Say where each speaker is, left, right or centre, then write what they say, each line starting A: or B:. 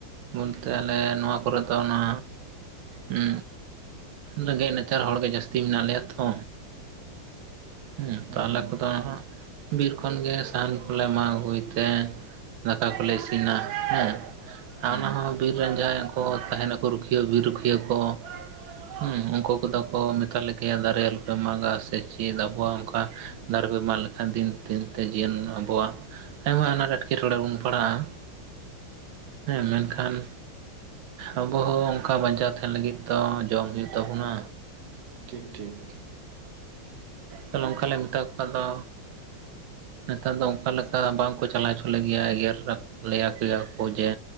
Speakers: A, on the right; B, on the right.
A: ᱵᱚᱞᱛᱮ ᱟᱞᱮ ᱱᱚᱣᱟ ᱠᱚᱨᱮ ᱫᱚ ᱚᱱᱟ ᱦᱮᱸ ᱨᱮᱸᱜᱮᱡ ᱱᱟᱪᱟᱨ ᱦᱚᱲᱜᱮ ᱡᱟᱹᱥᱛᱤ ᱢᱮᱱᱟᱜ ᱞᱮᱭᱟ ᱛᱚ ᱦᱩᱸ ᱛᱟᱦᱞᱮ
B: ᱦᱮᱸ
A: ᱠᱚᱫᱚ ᱟᱜ ᱵᱤᱨ ᱠᱷᱚᱱᱜᱮ ᱥᱟᱦᱟᱱ ᱠᱚᱞᱮ ᱢᱟᱜ ᱟᱹᱜᱩᱭ ᱛᱮ ᱫᱟᱠᱟ ᱠᱚᱞᱮ ᱤᱥᱤᱱᱟ ᱦᱮᱸ ᱟᱨ
B: ᱦᱮᱸ
A: ᱚᱱᱟᱦᱚᱸ ᱵᱤᱨ ᱨᱮᱱ ᱡᱟᱦᱟᱸᱭ ᱠᱚ ᱛᱟᱦᱮᱱᱟᱠᱚ ᱨᱩᱠᱷᱤᱭᱟᱹ ᱵᱤᱨ ᱨᱩᱠᱷᱤᱭᱟᱹ ᱠᱚ ᱦᱮᱸ ᱩᱱᱠᱩ ᱠᱚᱫᱚ ᱠᱚ ᱢᱮᱛᱟ ᱞᱮ ᱜᱮᱭᱟ ᱫᱟᱨᱮ ᱟᱞᱚᱯᱮ ᱢᱟᱜᱟ ᱥᱮ ᱪᱮᱫ ᱟᱵᱚᱣᱟᱜ ᱚᱱᱠᱟ ᱫᱟᱨᱮ ᱯᱮ ᱢᱟᱜ ᱞᱮᱠᱷᱟᱱ ᱫᱤᱱ ᱫᱤᱱᱛᱮ ᱡᱤᱭᱚᱱ ᱟᱵᱚᱣᱟᱜ ᱟᱭᱢᱟ ᱟᱱᱟᱴ ᱮᱴᱠᱮ ᱮᱴᱠᱮᱴᱚᱬᱮ ᱵᱚᱱ ᱯᱟᱲᱦᱟᱜ-ᱟ ᱦᱮᱸ ᱢᱮᱱᱠᱷᱟᱱ ᱟᱵᱚ ᱦᱚᱸ ᱚᱱᱠᱟ ᱵᱟᱧᱪᱟᱣ ᱛᱟᱦᱮᱱ ᱞᱟᱹᱜᱤᱫ ᱫᱚ ᱡᱚᱢ ᱦᱩᱭᱩᱜ ᱛᱟᱵᱚᱱᱟ
B: ᱴᱷᱤᱠ ᱴᱷᱤᱠ
A: ᱦᱮᱸ <unintelligible> ᱱᱚᱝᱠᱟᱞᱮ ᱢᱮᱛᱟ ᱠᱚᱣᱟ ᱫᱚ ᱱᱮᱛᱟᱨ ᱫᱚ ᱚᱱᱠᱟ ᱞᱮᱠᱟ ᱵᱟᱝᱠᱚ ᱪᱟᱞᱟᱣ ᱦᱚᱪᱚ ᱞᱮᱭᱟ ᱮᱜᱮᱨ ᱞᱮᱭᱟ ᱠᱚᱭᱟ ᱠᱚ ᱡᱮ